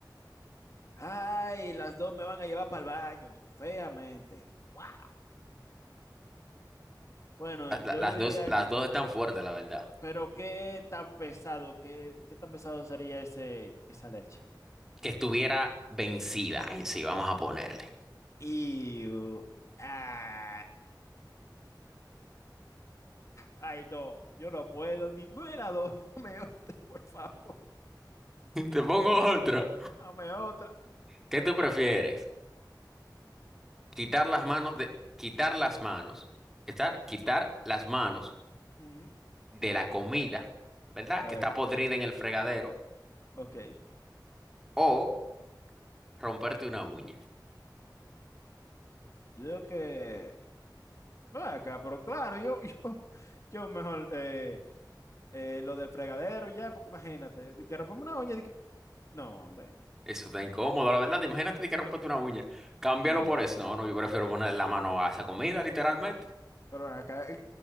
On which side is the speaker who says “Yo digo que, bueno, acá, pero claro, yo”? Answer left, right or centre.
Left